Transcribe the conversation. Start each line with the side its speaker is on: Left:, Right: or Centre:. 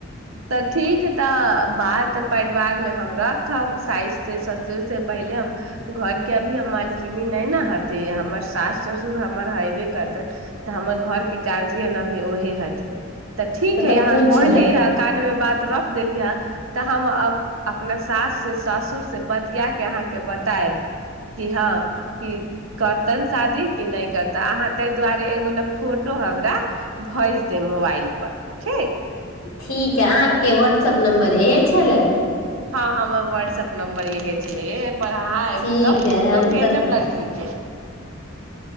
Right: तऽ ठीक ह तऽ बात तऽ परिवारमे हम रखब साइससँ ससुरसँ पहिले हम घर के अभी मालकिन नहि ने हती हमर साास ससुर हमर हेबे करतै तऽ हमर घर के गार्जियन अभी ओहे हथिन तऽ ठीक है
Left: तऽ
Right: यहाँ
Left: पूछबै
Right: कहली है अकानव बात रख देली हे तऽ हम अपना सास से सासुर से बतिया के अहाँके बतायब क हँ क करतन शादी क नहि करताे अहाँ ताहि दुआरे एगो ने फोटो हमरा भेज देब मोबाइल पर ठीक
Left: ठीक है अहाँके व्हाट्सएप नम्बर इहे छलै
Right: हँ हमर व्हाट्सऐप नम्बर यहे पर हहाँ एक
Left: ठीक
Right: त
Left: हइ
Right: फोटो
Left: हम
Right: भेजम
Left: तऽ
Right: लड़की के